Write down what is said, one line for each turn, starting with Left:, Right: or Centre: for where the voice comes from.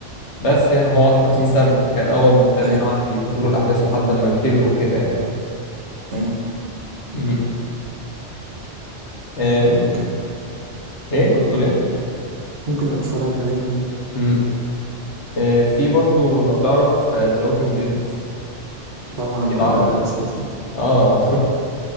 Left: بس يعني هو عنده خمسين سنة كان أول مبتدئ
Right: أيوة
Left: قعد تدور الأحداث لحد ما كبر وكده يعني
Right: أيوة
Left: مهم. آه،
Right: آه، ممكن
Left: إيه كنت تقول إيه؟
Right: ممكن أتفرج عليه
Left: مهم. آه، في برضو لو تعرف ذا ووكينج ديد
Right: طبعا
Left: أكيد عارف
Right: ده أساسي
Left: آه <laughs>